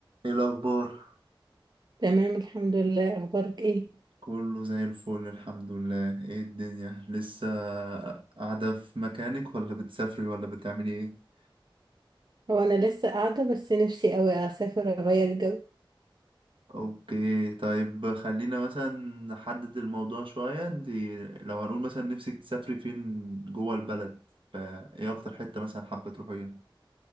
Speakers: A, on the right; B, on the right.
A: ايه الاخبار
B: تمام الحمد لله اخبارك ايه
A: كله زي الفل الحمد لله ايه الدنيا لسه قاعده في مكانك ولا بتسافري ولا بتعملي ايه
B: هو انا لسه قاعده بس نفسي قوي اسافر اغير جو
A: اوكي طيب خلينا مثلا نحدد الموضوع شويه انت لو هنقول مثلا نفسك تسافري فين جوه البلد فايه اكتر حته مثلا حابه تروحيها